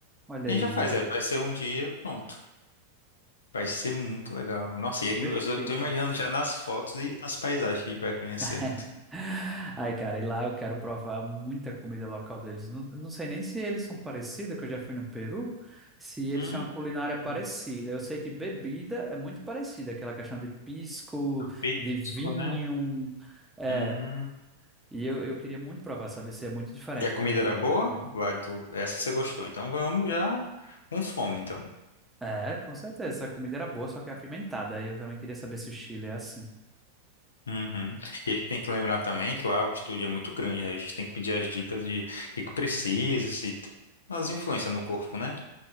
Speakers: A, in the centre; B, on the left.
A: Olha
B: A
A: aí.
B: gente já faz, é. Vai ser um dia, pronto. Vai ser muito legal. Nossa, e eu
A: Perfeito.
B: só tô imaginando já nas fotos e nas paisagens que a gente vai conhecer.
A: <laughs> Ai, cara, e lá eu quero provar muita comida local deles. Não, não sei nem se eles são parecidos, que eu já fui no Peru, se eles
B: Hum,
A: têm uma culinária parecida.
B: é
A: Eu sei que bebida é muito parecida, aquela questão de pisco,
B: o pisco,
A: de vinho.
B: né?
A: é,
B: Uhum.
A: E eu, eu queria muito provar, saber se é muito diferente
B: E a comida
A: o pito
B: era
A: do
B: boa?
A: Chile.
B: Lá do... Essa você gostou. Então vamos já com fome, então.
A: É, com certeza. A comida era boa, só que apimentada. Aí Eu também queria saber se o Chile é assim.
B: Uhum. E a gente tem que lembrar também que lá a altitude é muito grande, né? A gente tem que pedir as dicas de o que que precisa, se t- as influências no corpo, né?